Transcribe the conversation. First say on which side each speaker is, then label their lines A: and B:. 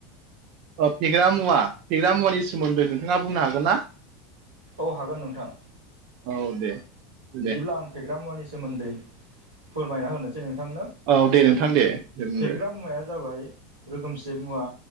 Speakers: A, on the right; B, on the right.
A: फेग्रा मुवा फेग्रा मुवानि सोमोन्दै नोंथाङा बुंनो हागोन ना
B: औ हागोन नोंथां
A: औ दे
B: बिदिब्ला
A: दे
B: आं फेग्रा मुवानि सोमोन्दै फोरमायना होनोसै नोंथांनो
A: औ दे नोंथां दे दे बुंदो
B: फेग्रा मुवाया जाबाय रोखोमसे मुवा